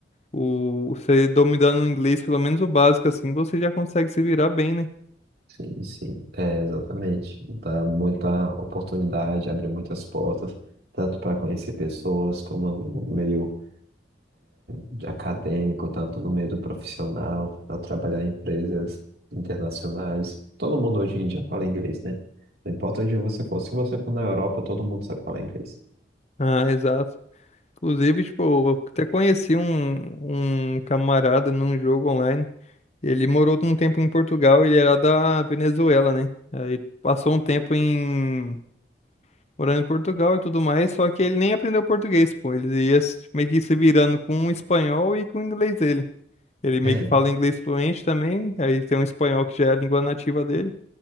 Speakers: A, on the left; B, on the right.
A: o, você dominando o inglês, pelo menos o básico, assim, você já consegue se virar bem, né?
B: Sim, sim, é, exatamente. Dá muita oportunidade, abre muitas portas, tanto para conhecer pessoas, como no meio de acadêmico, tanto no meio do profissional, a trabalhar em empresas internacionais. Todo mundo hoje em dia fala inglês, né? Não importa onde você for. Se você for na Europa, todo mundo sabe falar inglês.
A: Ah, exato. Inclusive, tipo, eu até conheci um, um camarada num jogo online. Ele morou um tempo em Portugal, ele era da Venezuela, né? Aí passou um tempo em morando em Portugal e tudo mais, só que ele nem aprendeu português, pô. Ele ia se- meio que se virando com o espanhol e com o inglês dele. Ele meio
B: É,
A: que fala inglês fluente também, aí tem um espanhol que já é a língua nativa dele.